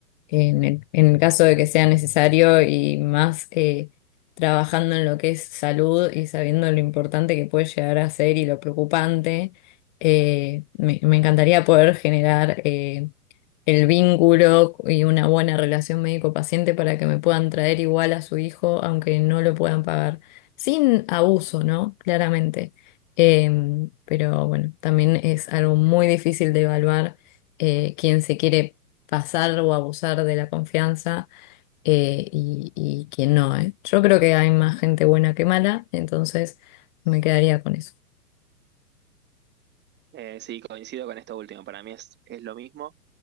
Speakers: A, on the left; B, on the right.
A: en el, en el caso de que sea necesario y más eh, trabajando en lo que es salud y sabiendo lo importante que puede llegar a ser y lo preocupante, eh, me, me encantaría poder generar eh, el vínculo y una buena relación médico-paciente para que me puedan traer igual a su hijo, aunque no lo puedan pagar, sin abuso, ¿no? Claramente. Em, pero bueno, también es algo muy difícil de evaluar eh, quién se quiere pasar o abusar de la confianza eh, y, y quién no, ¿eh? Yo creo que hay más gente buena que mala, entonces me quedaría con eso.
B: Eh, sí, coincido con esto último. Para mí es, es lo mismo.